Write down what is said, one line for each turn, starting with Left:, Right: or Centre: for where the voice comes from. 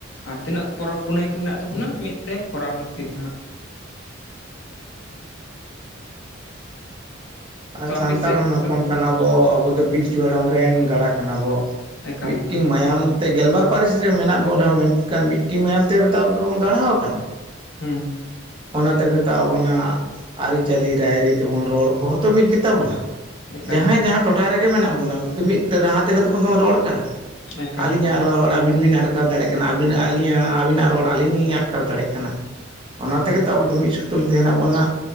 Left: ᱟᱨ ᱛᱤᱱᱟᱹᱜ ᱯᱚᱨᱚᱵᱽ ᱯᱩᱱᱟᱹᱭ ᱠᱚ ᱢᱮᱱᱟᱜ ᱛᱟᱵᱚᱱᱟ ᱢᱤᱫ ᱛᱮ ᱠᱚᱨᱟᱣ ᱞᱟᱹᱠᱛᱤ ᱠᱟᱱᱟ ᱦᱟᱜ᱾
Right: <inaudible> ᱟᱨ
Left: ᱛᱚ
Right: ᱥᱟᱱᱛᱟᱲ
Left: ᱟᱯᱮ ᱥᱮᱫ
Right: ᱦᱚᱲ ᱦᱚᱯᱚᱱ
Left: ᱫᱚ
Right: ᱠᱟᱱᱟ ᱵᱚ ᱟᱵᱚ ᱫᱚ
Left: ᱦᱩᱸ
Right: ᱯᱤᱞᱪᱩ
Left: ᱦᱩᱸ
Right: ᱦᱟᱲᱟᱢ ᱨᱮᱱ ᱜᱟᱲᱟ ᱠᱟᱱᱟ ᱵᱚ᱾
Left: ᱮᱠᱟᱞ
Right: ᱢᱤᱫᱴᱤᱱ
Left: ᱮᱠᱟᱞ
Right: ᱢᱟᱭᱟᱢ ᱜᱮᱞᱵᱟᱨ ᱯᱟᱹᱨᱤᱥ ᱨᱮ ᱢᱮᱱᱟᱜ ᱵᱚᱱ ᱨᱮᱦᱚᱸ ᱢᱮᱱᱠᱷᱟᱱ ᱢᱤᱫᱴᱤᱝ ᱢᱟᱭᱟᱢ ᱛᱮ ᱟᱵᱚ ᱫᱚᱵᱚ ᱜᱟᱲᱦᱟᱣ ᱠᱟᱱᱟ᱾
Left: ᱦᱩᱸ ᱦᱩᱸ
Right: ᱚᱱᱟ ᱛᱮᱜᱮ ᱛᱚ ᱟᱵᱚᱱᱟᱜ ᱟᱹᱨᱤᱪᱟᱹᱞᱤ ᱨᱟᱭᱨᱤᱛ ᱛᱮᱵᱚᱱ ᱨᱚᱲ ᱠᱚᱦᱚᱸ ᱛᱚ ᱢᱤᱫ ᱜᱮᱛᱟ ᱵᱚᱱᱟ᱾
Left: ᱮᱠᱟᱞ
Right: ᱡᱟᱦᱟᱸᱭ ᱡᱟᱦᱟᱸ ᱴᱚᱴᱷᱟ ᱨᱮᱜᱮ ᱢᱮᱱᱟᱜ ᱵᱚᱱᱟ ᱢᱤᱫ ᱨᱟᱦᱟ ᱛᱮᱜᱮ ᱛᱚᱵᱚᱱ ᱨᱚᱲ ᱠᱟᱱᱟ᱾
Left: ᱮᱠᱟᱞ
Right: ᱟᱹᱞᱤᱧᱟᱜ
Left: ᱮᱠᱟᱞ
Right: ᱨᱚᱲ ᱟᱵᱤᱱ ᱵᱤᱱ ᱟ ᱟᱴᱠᱟᱨ ᱫᱟᱲᱮᱜ ᱠᱟᱱᱟ ᱟᱹᱵ ᱟᱹᱞᱤᱧ ᱟᱵᱤᱱᱟᱜ ᱨᱚᱲ ᱟᱞᱤᱧ ᱞᱤᱧ ᱟᱴᱠᱟᱨ ᱫᱟᱲᱮᱜ ᱠᱟᱱᱟ ᱚᱱᱟ
Left: ᱮᱠᱟᱞ
Right: ᱛᱮᱜᱮ ᱛᱚ ᱟᱵᱚ ᱫᱚ ᱢᱤᱫ ᱥᱩᱛ ᱧᱩᱛᱩᱢ ᱛᱮᱱᱟᱜ ᱵᱚᱱᱟ